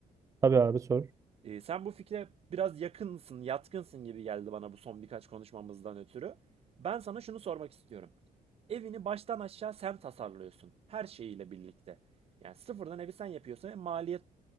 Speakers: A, on the right; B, on the right.
A: Tabii abi sor.
B: Ee, sen bu fikre biraz yakınsın, yatkınsın gibi geldi bana bu son birkaç konuşmamızdan ötürü. Ben sana şunu sormak istiyorum. Evini baştan aşağı sen tasarlıyorsun. Her şeyiyle birlikte. Yani sıfırdan evi sen yapıyorsun ve maliyet